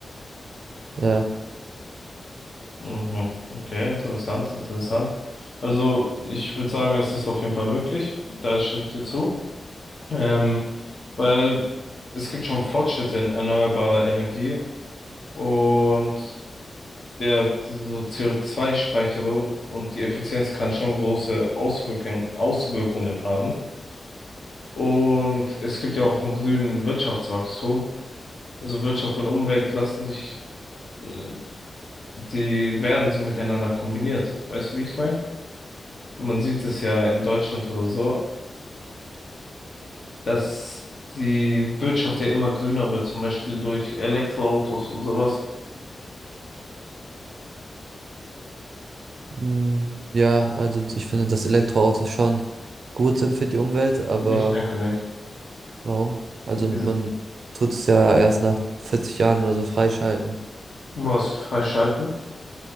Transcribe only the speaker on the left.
Mhm. Okay, interessant, interessant. Also ich würde sagen, es ist auf jeden Fall möglich. Da stimme ich dir zu. Ähm, weil es gibt schon Fortschritte in erneuerbarer Energie und ja, diese so co zwei speicherung und die Effizienz kann schon große Auswirkungen, Auswirkungen haben. Und es gibt ja auch einen grünen Wirtschaftswachstum. Also Wirtschaft und Umwelt lassen sich, äh, die werden so miteinander kombiniert. Weißt du, wie ich meine? Man sieht es ja in Deutschland oder so, dass die Wirtschaft ja immer grüner wird, zum Beispiel durch Elektroautos und sowas.
Ich denke nicht.
Wir-
Was freischalten?